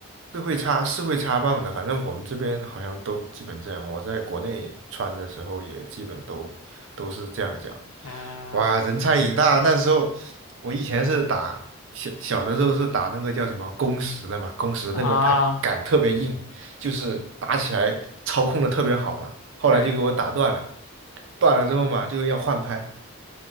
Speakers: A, on the right; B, on the left.
A: 是会插是会插棒的，反正我们这边好像都基本这样。我在国内穿的时候也基本都都是这样讲。
B: 嗯
A: 哇，人菜瘾大！那时候我以前是打小小的时候是打那个叫什么工时的嘛，工时那个牌杆特别硬，
B: 啊，
A: 就是打起来操控的特别好嘛。后来就给我打断了，
B: 对，
A: 断了之后嘛就要换拍，